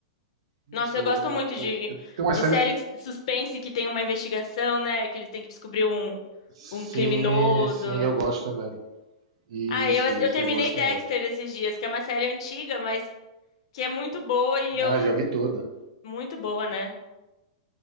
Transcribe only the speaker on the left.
Nossa, eu gosto
muito de,
de
série que- suspense que tem uma investigação, né? Que eles têm que descobrir um,
um criminoso.
Ah, eu, ass-
eu terminei
Dexter
esses dias, que é uma série antiga, mas que é muito boa e eu...
Muito boa, né?